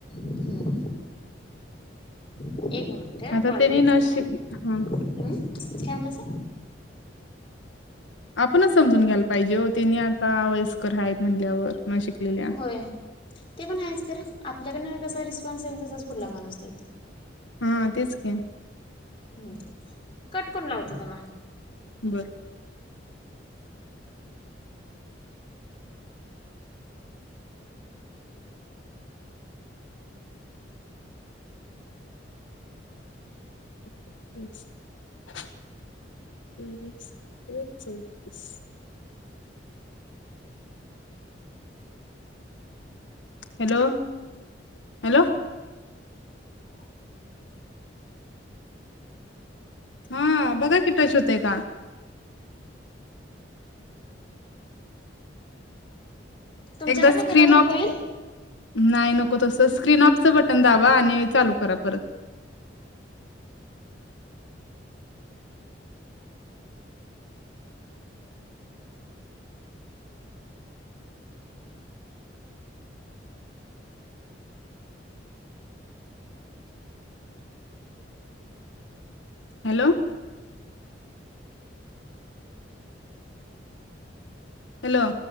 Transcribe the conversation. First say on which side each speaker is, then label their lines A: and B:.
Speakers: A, on the left; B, on the left.
A: जरा एक मिनिट
B: आता
A: कॉल
B: त्यांनी
A: व्हीत
B: न
A: आलाय.
B: शिक
A: अं
B: हा.
A: काय म्हणालास
B: आपणच समजून घ्यायला पाहिजे हो तेनी आता वयस्क कर हायत म्हणल्यावर न शिकलेल्या
A: होय ते पण हायचं खर आपल्याकडन कसा रिस्पॉन्स येईल तसच फुढला माणूस देतोय
B: हा तेच की
A: हम्म कट करुन लावतो तमा
B: बर. <unintelligible> हॅलो हॅलो हा बघा कि टच होतय का
A: तुमच्याकडन
B: एकदा स्क्रीन
A: गेला तर
B: ऑफ
A: होईल?
B: नाही नको तस स्क्रीन ऑपचं बटन दावा आणि चालू करा परत हॅलो हॅलो